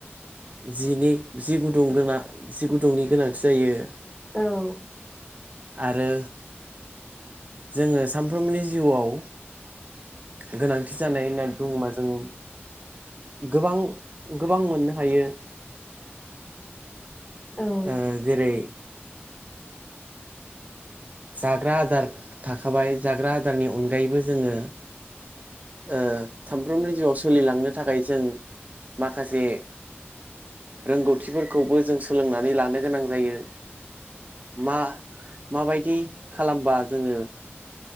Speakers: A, on the right (about 35°); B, on the left (about 15°).
A: जिनि जि गुदुं गोना जि गुदुंनि गोनांथि जायो
B: औ
A: आरो जोङो सामफ्रोमनि जिउआव गोनांथि जानाय होननानै बुङोबा जों गोबां गोबां मोननो हायो
B: <inaudible> औ
A: आ जेरै जाग्रा आदार थाखाबाय जाग्रा आ दारनि अनगायैबो जोङो ओ सामफ्रोमनि जिउआव सोलिलांनो थाखाय जों माखासे रोंगौथिफोरखौबो जों सोलोंनानै लानो गोनां जायो। मा माबायदि खालामबा जोङो